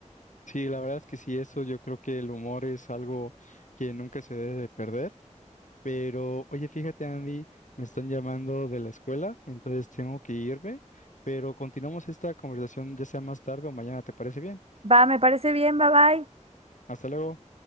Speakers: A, on the left (about 85°); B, on the right (about 55°).
A: Sí, la verdad es que sí, eso yo creo que el humor es algo que nunca se debe de perder. Pero, oye, fíjate, Andy, me están llamando de la escuela, entonces tengo que irme, pero continuamos esta conversación ya sea más tarde o mañana, ¿te parece bien?
B: Va, me parece bien, bye bye.
A: Hasta luego.